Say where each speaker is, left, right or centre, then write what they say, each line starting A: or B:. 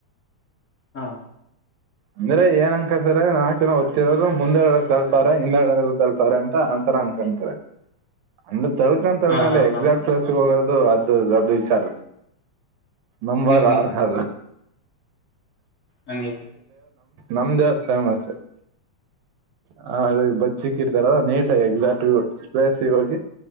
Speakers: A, on the left; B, on the right.
A: ಹಾ
B: ಅಂದ್ರೆ ಏನ್ ಅನ್ಕಳ್ತಾರೆ ನಾಲ್ ಚನಓದತ್ತಿರೋರು ಮುಂದೆ ಎ ತಲ್ತಾರ ಹಿಂದೆಡ ತಲ್ತಾರೆ ಅಂತ ಆತರ ಅನ್ಕೊತಾರೆ ಅಂದ ತಳ್ಕೊಂಡು ತಳ್ಕೊಂಡ
A: ಹಾ ಹಾ ಹಾ
B: ಎಕ್ಸಾಕ್ಟ್
A: ಹಾ ಹಾ.
B: ಪ್ಲಸ್ ಅದು ಅದು ಅದು ಅದು ವಿಚಾರ ನಂಬರ್
A: ಹ್ಮ್ ಹ್ಮ್
B: ಆರು ಹ
A: ನಂಗ
B: ನಮ್ದ್ ಫೇಮಸ್. ಹ ಅದ ಬಚ್ಚಿಕ್ಕರ್ತಾರ ನೀಟಾಗಿ ಎಕ್ಸಾಕ್ಟ್ ಸ್ಲೇಸ್ ಗ ಹೋಗಿ